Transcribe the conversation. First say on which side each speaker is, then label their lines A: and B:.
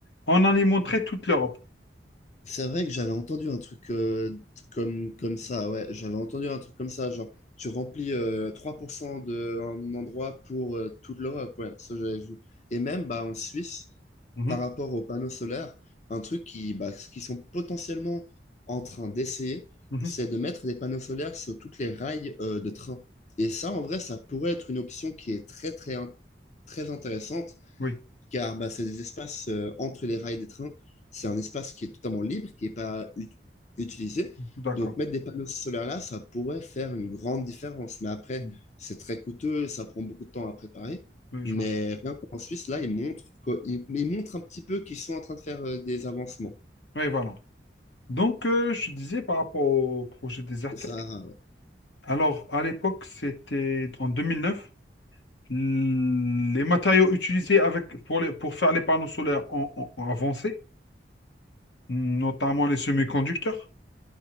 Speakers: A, on the left; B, on the left.
A: en alimenterait toute l'Europe.
B: C'est vrai que j'avais entendu un truc euh, comme, comme ça, ouais, j'avais entendu un truc comme ça, genre tu remplis euh, 3% d'un endroit pour euh, toute l'Europe, ouais, ça j'avais vu. Et même bah, en Suisse,
A: Mhm,
B: par rapport aux panneaux solaires, un truc qui, bah, ce qu'ils sont potentiellement en train d'essayer,
A: mhm,
B: c'est de mettre des panneaux solaires sur toutes les rails euh, de train. Et ça, en vrai, ça pourrait être une option qui est très, très, in- très intéressante
A: oui,
B: car bah, c'est des espaces euh, entre les rails des trains. C'est un espace qui est totalement libre, qui n'est pas ut- utilisé.
A: d'accord.
B: Donc, mettre des panneaux solaires là, ça pourrait faire une grande différence. Mais après,
A: Mm,
B: c'est très coûteux, ça prend beaucoup de temps à préparer.
A: Oui,
B: Mais
A: je vois.
B: rien qu'en Suisse, là, ils montrent, que- ils, ils montrent un petit peu qu'ils sont en train de faire euh, des avancements
A: Oui, voilà. Donc, euh, je disais par rapport au projet Desertec.
B: au Sahara. Ouais,
A: Alors, à l'époque, c'était en 2009. l- Les matériaux utilisés avec, pour, les- pour faire les panneaux solaires ont, ont- ont avancé, notamment les semi-conducteurs,